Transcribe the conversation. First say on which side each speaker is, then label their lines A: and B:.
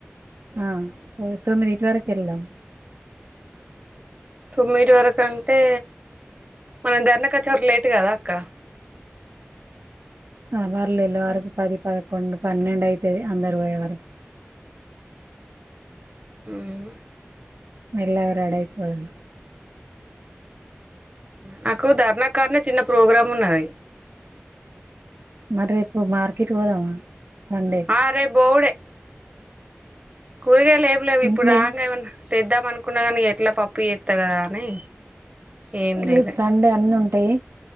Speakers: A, on the right; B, on the right.
A: ఆ తొమ్మిదిటి వరకు వెలుదాము.
B: తొమ్మిటి వరకుంటే మనం ధర్నా కి వచ్చే వరకి లేట్ కదా అక్క
A: అ వర్లు ఇల వరకు పది పదకొండు పన్నెండు అయితుది అందరు పోయే వరకు
B: ఉమ్
A: మెల్లగా రెడీ ఐ పోదాం
B: నాకు ధర్నా కార్నే చిన్న ప్రోగ్రామ్ ఉన్నది.
A: మరి రేపు మార్కెట్ పోదామా? సండే
B: అ రేపు పోవుడే కూరగాయలు ఏం లేవు ఇప్పుడు
A: ఇంట్లో
B: రాంగ్ ఏమన్నా తెద్దామ అనుకున్నా కానీ ఎట్లా పప్పు చేస్తా కదా అని ఏం తేలే
A: రేపు సండే అన్ని ఉంటాయి.